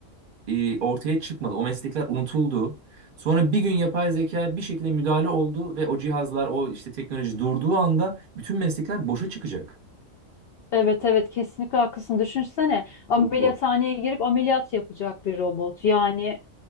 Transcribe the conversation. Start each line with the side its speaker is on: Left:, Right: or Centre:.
Right: e, ortaya çıkmadı. O meslekler unutuldu. Sonra bir gün yapay zeka bir şekilde müdahale oldu ve o cihazlar o işte teknoloji durduğu anda bütün meslekler boşa çıkacak.
Left: Evet evet kesinlikle haklısın. Düşünsene ameliyathaneye
Right: Çok zor.
Left: girip ameliyat yapacak bir robot. Yani